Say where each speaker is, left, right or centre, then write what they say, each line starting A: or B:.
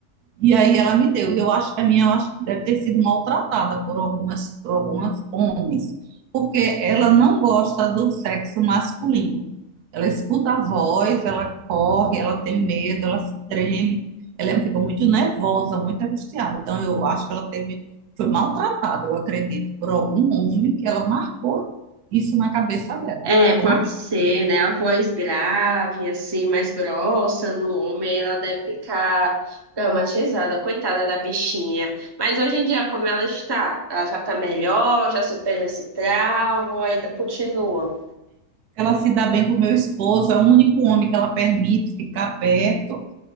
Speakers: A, on the right (about 80°); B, on the right (about 20°).
A: E aí ela me deu. E eu acho que a minha eu acho que deve ter sido maltratada por algumas, por algumas homens, porque ela não gosta do sexo masculino. Ela escuta a voz, ela corre, ela tem medo, ela se treme, ela fica muito nervosa, muito angustiada. Então eu acho que ela teve, foi maltratada, eu acredito, por algum homem que ela marcou isso na cabeça dela.
B: É,
A: Ficou
B: pode
A: marcada.
B: ser, né? A voz grave, assim, mais grossa no homem, ela deve ficar traumatizada, coitada da bichinha. Mas hoje em dia, como ela está? Ela já tá melhor, já superou esse trauma, ainda continua.
A: Ela se dá bem com o meu esposo, é o único homem que ela permite ficar perto.